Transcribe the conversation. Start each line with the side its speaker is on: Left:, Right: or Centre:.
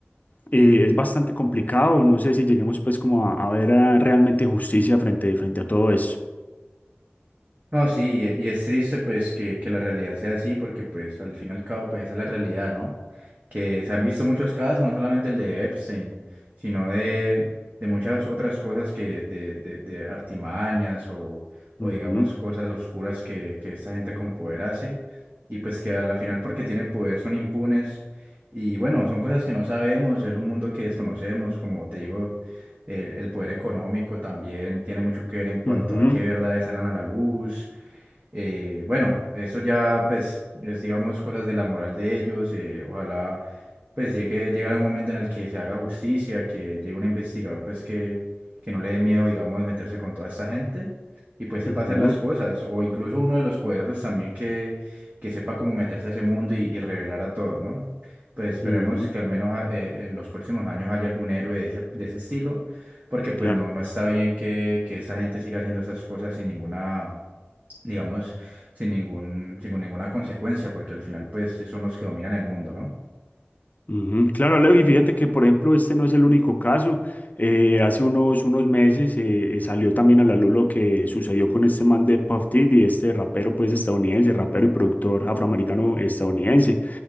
Left: eh, es bastante complicado. No sé si lleguemos pues como a, a ver eh, realmente justicia frente, frente a todo eso.
Right: No, sí, y y es triste pues que, que la realidad sea así, porque pues al fin y al cabo pues esa es la realidad, ¿no? Que se han visto muchos casos, no solamente el de Epstein, sino de, de muchas otras cosas que de, de, de artimañas o, o
Left: Ujú,
Right: digamos cosas oscuras que, que esta gente con poder hace y pues que a la final porque tienen poder son impunes y bueno, son cosas que no sabemos, es un mundo que desconocemos, como te digo, el, el poder económico también tiene mucho que ver en cuanto
Left: ujú,
Right: a qué verdades salen a la luz eh, bueno, eso ya pues es digamos cosas de la moral de ellos. eh, ojalá pues llegue, llegar un momento en el que se haga justicia, que llegue un investigador pues que, que no le dé miedo digamos meterse con toda esta gente y pues sepa
Left: ujú,
Right: hacer las cosas. O incluso uno de los poderosos también que, que sepa cómo meterse a ese mundo y, y revelar a todos, ¿no? Pues esperemos
Left: ujú,
Right: que al menos ah, eh, en los próximos años haya algún héroe de ese, de ese estilo, porque pues
Left: claro.
Right: no, no está bien que, que esa gente siga haciendo esas cosas sin ninguna digamos, sin ningún, sin ninguna consecuencia, porque al final, pues, son los que dominan el mundo, ¿no?
Left: ujú. Claro, Alejo, y fíjate que, por ejemplo, este no es el único caso. Eh, hace unos, unos meses eh, eh, salió también a la luz lo que sucedió con este man de Puff Daddy, este rapero pues estadounidense, rapero y productor afroamericano estadounidense,